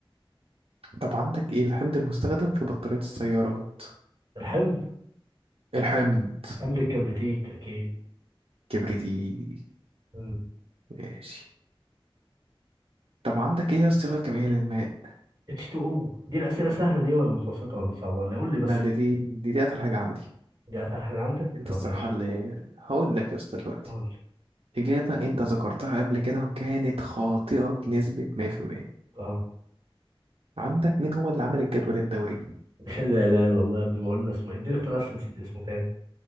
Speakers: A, on the right; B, on the right.
A: طب عندك ايه الحمض المستخدم في بطارية السيارات
B: الحمض
A: الحمض
B: حمض الكبريتيك اكيد
A: كبريتيك
B: مم.
A: ماشي طب عندك ايه الصيغة الكيميائية للماء
B: H2O دي الأسئلة سهلة دي ولا متوسطة ولا صعبة ولا إيه؟ قول لي بس
A: لا دي
B: كده.
A: دي دي, دي اتقل حاجة عندي
B: دي أسهل حاجة عندك
A: انت
B: طب
A: الصراحة
B: ماشي
A: اللي هقول لك يا اسطى دلوقتي
B: قول لي.
A: إجابة أنت ذكرتها قبل كده وكانت خاطئة بنسبة 100%
B: اه
A: عندك مين هو اللي عمل الجدول الدوري
B: <laughs> لا لا لا والله يا ابني ما قلنا اسمه إيه؟ اديني اختيار عشان نسيت اسمه تاني